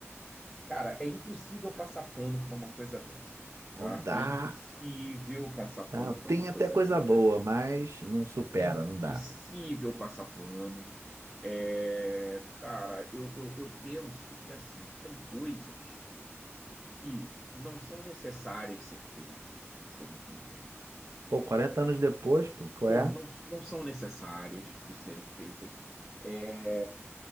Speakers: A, in the centre; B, on the right.
A: Cara, é impossível passar pano para uma coisa dessas, tá?
B: Não dá.
A: É impossível passar pano
B: Tá,
A: para
B: Tem
A: uma coisa
B: até coisa
A: dessas.
B: boa, mas não supera,
A: É impossível
B: não dá.
A: passar pano. É, cara, eu, eu, eu penso que, assim, tem coisas que não são necessárias ser feitas, de serem feitas.
B: Pô, 40 anos depois, pô, qual
A: Por,
B: é?
A: não, não são necessárias de serem feitas. É,